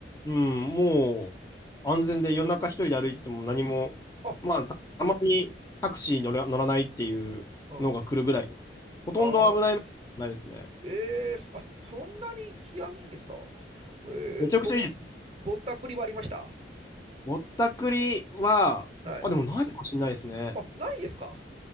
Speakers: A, on the left; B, on the right.
A: うん、もう安全で夜中一人で歩いてても何も、
B: ー、あ、
A: まあ、たたまにタクシー乗ら、乗らないっていうのが来るぐらいで、
B: うん。
A: ほとんど危ない目に遭ってないですね。
B: あー、えー、あ、そんなに治安いいんですか。えー、
A: めちゃくちゃいいです。
B: ぼ、ぼったくりはありました。
A: ぼったくりは、
B: はい。
A: あ、でもないかもしれないですね。
B: あ、ないですか。